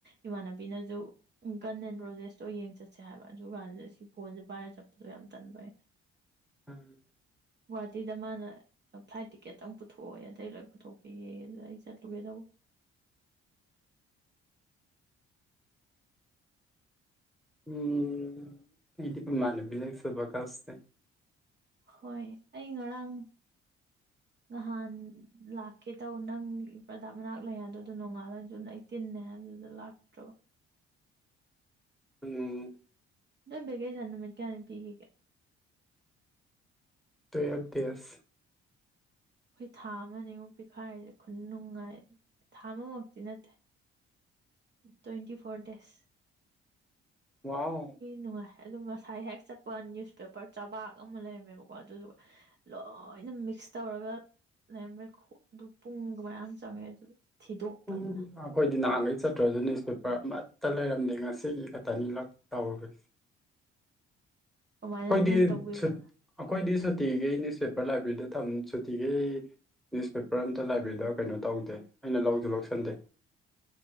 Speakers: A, on the right; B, in the centre.
A: ꯏꯃꯥꯟꯅꯕꯤꯅꯁꯨ ꯒꯟ ꯑꯦꯟ ꯔꯣꯖꯦꯁꯇꯣ ꯌꯦꯡ ꯆꯠꯁꯦ ꯍꯥꯏꯕ ꯑꯗꯨ ꯀꯥꯟꯗꯨꯗ ꯁꯤ ꯐꯣꯟꯁꯦ ꯚꯥꯏꯔ ꯆꯠꯄꯗꯣ ꯌꯥꯝ ꯇꯟꯕꯩ <unintelligible>
B: ꯎꯝ
A: ꯒꯨꯍꯥꯇꯤꯗ ꯃꯥꯅ ꯐ꯭ꯂꯥꯏꯠ ꯇꯤꯀꯦꯠꯇꯇꯪ ꯄꯨꯊꯣꯛꯑꯣꯦ ꯑꯇꯩ ꯂꯣꯏ ꯄꯨꯊꯣꯛꯄꯒꯤꯌꯦ ꯑꯗꯨꯗ ꯑꯩ ꯆꯠꯂꯨꯒꯦ ꯇꯧꯕ
B: ꯎꯝ ꯏꯗꯤꯀ ꯃꯥꯟꯕꯤ ꯆꯕ ꯀꯥꯥꯁꯁꯦ
A: ꯍꯣꯏ ꯑꯩ ꯉꯔꯥꯡ ꯅꯍꯥꯟ ꯂꯥꯛꯀꯦ ꯇꯧꯕ ꯅꯪ ꯄ꯭ꯔꯗ ꯃꯅꯥꯛ ꯂꯩꯌꯥꯗ ꯑꯗꯨ ꯅꯣꯡꯉꯥꯜꯂ ꯑꯗꯨꯅ ꯑꯩ ꯀꯅꯦ ꯂꯥꯛ ꯇ
B: ꯎꯝ
A: ꯂꯣꯏꯕꯒꯦ ꯁꯥꯟ ꯅꯨ ꯃ ꯀꯌꯥꯅꯤ ꯄꯤꯈꯤꯒꯦ
B: ꯇꯨꯌꯦꯜꯞ ꯗꯦꯖ
A: ꯑꯩꯈꯣꯏ ꯊꯥ ꯑꯃꯅꯦꯃꯨꯛ ꯄꯤꯈꯥꯏꯔꯤꯁꯦ ꯈꯨꯟ ꯅꯨꯡꯉꯥꯏ ꯊꯥ ꯑꯃꯃꯛꯇꯤ ꯅꯠꯇꯦ ꯇ꯭ꯋꯦꯟꯇꯤ ꯐꯣꯔ ꯗꯦꯁ
B: ꯋꯥ
A: ꯅꯨꯡꯉꯥꯏ ꯑꯗꯨꯝ ꯉꯁꯥꯏ ꯍꯦꯛ ꯆꯠꯄ ꯅ꯭ꯌꯨꯁꯄꯦꯄꯔ ꯆꯕꯥꯛ ꯑꯃ ꯂꯩꯔꯝꯃꯦꯕꯀꯣ ꯑꯗꯨꯗꯨꯒ ꯂꯣꯏꯅ ꯃꯤꯛꯁ ꯇꯧꯔꯒ ꯂꯩꯔꯝꯃꯦ ꯑꯗꯨ ꯄꯨꯡꯒ ꯃꯌꯥꯝ ꯆꯪꯉꯦ ꯑꯗꯨ ꯊꯤꯗꯣꯛꯄꯗ
B: ꯎꯝ ꯑꯩꯈꯣꯏꯗꯤ ꯅꯍꯥꯟꯒꯩ ꯆꯠꯇ꯭ꯔꯁꯨ ꯅ꯭ꯌꯨꯁꯄꯦꯄꯔ ꯑꯃꯠꯇ ꯂꯩꯔꯝꯗꯦ ꯉꯁꯤꯒꯤ ꯈꯛꯇꯅꯤ ꯇꯧꯔꯨꯨꯔꯁꯦ
A: ꯀꯃꯥꯏꯅ
B: ꯑꯩꯈꯣꯏꯗꯤ
A: ꯅꯣꯏ ꯇꯧꯕꯤꯕ
B: ꯑꯩꯈꯣꯏꯗꯤ ꯁꯨꯇꯤꯒꯤꯩ ꯅ꯭ꯌꯨꯁꯄꯦꯄꯔ ꯂꯥꯏꯕꯦꯔꯤꯗ ꯊꯝ ꯁꯨꯇꯤꯒꯩ ꯅ꯭ꯌꯨꯁꯄꯦꯄꯔ ꯑꯃꯝꯇ ꯂꯥꯏꯕ꯭ꯔꯦꯗ ꯀꯩꯅꯣ ꯇꯧꯗꯦ ꯑꯩꯅ ꯂꯧꯁꯨ ꯂꯧꯁꯟꯗꯦ